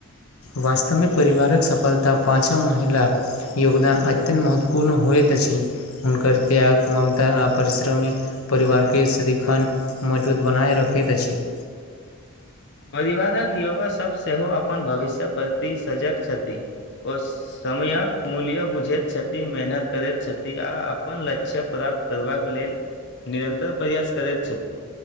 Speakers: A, on the left; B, on the left.
A: वास्तवमे परिवारक सफलता पाँचम महिला योगदान अत्यन्त महत्वपूर्ण होइत अछि, हुनकर त्याग, ममता आ परिश्रमी परिवारके सदिखन मजबूत बनाए रखैत अछि।
B: परिवारक युवा सब सेहो अपन भविष्यक प्रति सजग छथि, ओ समयक मूल्य बुझैत छथि, मेहनत करैत छथि आ अपन लक्ष्य प्राप्त करबाक लेल निरन्तर प्रयास करैत छथि।